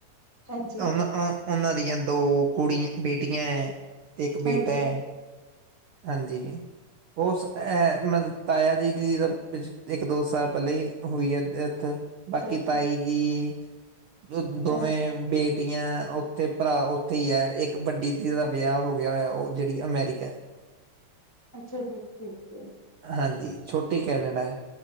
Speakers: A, on the left; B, on the right.
A: ਹਾਂਜੀ
B: ਉਹਨਾਂ ਉਹਨਾਂ ਦੀਆਂ ਦੋ ਕੁੜੀ ਬੇਟੀਆਂ ਹੈ ਤੇ ਇੱਕ
A: ਹਾਂਜੀ
B: ਬੇਟਾ ਹੈ ਹਾਂਜੀ ਉਹ ਮਤਲ ਤਾਇਆ ਜੀ ਦੀ ਤਾਂ ਪਿਛ ਇੱਕ ਦੋ ਸਾਲ ਪਹਿਲਾਂ ਹੀ ਹੋਈ ਹੈ ਡੈਥ ਬਾਕੀ
A: ਦੱਸੋ
B: ਤਾਈ ਜੀ ਦੋਵੇਂ
A: ਹਾਂਜੀ
B: ਬੇਟ ਟੀਆਂ ਉੱਥੇ ਭਰਾ ਉੱਥੇ ਹੀ ਹੈ ਇੱਕ ਵੱਡੀ ਧੀ ਦਾ ਵਿਆਹ ਹੋ ਗਿਆ ਹੋਇਆ ਉਹ ਜਿਹੜੀ ਅਮੈਰੀਕਾ
A: ਅੱਛਾ ਜੀ ਠੀਕ ਜੀ।
B: ਹਾਂਜੀ ਛੋਟੀ ਕੈਨੇਡਾ